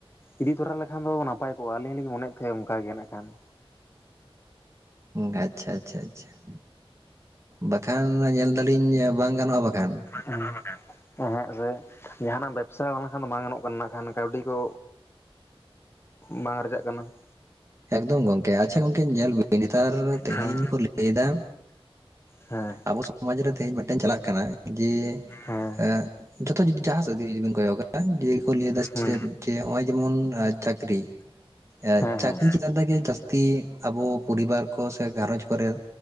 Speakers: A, on the left; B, on the right.
A: ᱤᱫᱤ ᱛᱚᱨᱟ ᱞᱮᱠᱷᱟᱱ ᱫᱚ ᱱᱟᱯᱟᱭ ᱠᱚᱜᱼᱟ ᱟᱹᱞᱤᱧ ᱞᱤᱧ ᱢᱚᱱᱭᱮᱫ ᱛᱟᱦᱮᱸᱫ ᱚᱝᱠᱟ ᱜᱮ ᱱᱟᱜ ᱠᱷᱟᱱ ᱾
B: ᱜᱟᱪᱪᱷᱟ ᱟᱪᱪᱷᱟ ᱟᱪᱪᱷᱟ ᱾ ᱵᱟᱠᱷᱟᱱ ᱚᱱᱟ ᱧᱮᱞ ᱫᱟᱞᱤᱧ ᱵᱟᱝ ᱜᱟᱱᱚᱜᱼᱟ ᱵᱟᱠᱷᱟᱱ ᱾
A: ᱦᱮᱸ ᱮᱸ ᱦᱮᱸᱜ ᱨᱮ ᱡᱟᱦᱟᱱᱟᱜ ᱵᱮᱵᱽᱥᱟ ᱵᱟᱝ ᱞᱮᱠᱷᱟᱱ ᱫᱚ ᱵᱟᱝ ᱜᱟᱱᱚᱜ ᱱᱟᱜ ᱠᱷᱟᱱ ᱠᱟᱹᱣᱰᱤ ᱠᱚ ᱵᱟᱝ ᱟᱨᱡᱟᱜ ᱠᱟᱱᱟ ᱾
B: ᱮᱠᱫᱚᱢ ᱜᱚᱝᱠᱮ, ᱟᱪᱪᱷᱟ ᱜᱚᱝᱠᱮ ᱧᱮᱞ ᱵᱤᱱ ᱱᱮᱛᱟᱨ ᱛᱮᱦᱮᱧ
A: ᱦᱮᱸ
B: ᱠᱚ ᱞᱟᱹᱭ ᱫᱟ
A: ᱦᱮᱸ ᱾
B: ᱟᱵᱚ ᱥᱚᱢᱟᱡᱽ ᱨᱮ ᱛᱮᱦᱮᱧ ᱢᱤᱫᱴᱮᱱ ᱪᱟᱞᱟᱜ ᱠᱟᱱᱟ ᱡᱮ
A: ᱦᱮᱸ
B: ᱮᱸ ᱡᱚᱛᱚ ᱡᱩᱫᱤ ᱡᱟᱦᱟᱸ ᱥᱮᱫ ᱜᱮ ᱡᱩᱫᱤᱵᱤᱱ ᱠᱚᱭᱚᱜᱟ ᱡᱮ ᱠᱚ ᱞᱟᱹᱭᱫᱟ ᱥᱮ
A: ᱦᱩᱸ
B: ᱪᱮᱫ ᱡᱮ ᱦᱚᱜᱼᱚᱭ ᱡᱮᱢᱚᱱ ᱟ ᱪᱟᱠ ᱠᱨᱤ ᱮ
A: ᱦᱮᱸ
B: ᱪᱟᱹᱠᱨᱤ
A: ᱦᱮᱸ
B: ᱪᱮᱛᱟᱱ ᱛᱮᱜᱮ ᱡᱟᱹᱥᱛᱤ ᱟᱵᱚ ᱯᱚᱨᱤᱵᱟᱨ ᱠᱚ ᱥᱮ ᱜᱷᱟᱨᱚᱸᱡᱽ ᱠᱚᱨᱮᱫ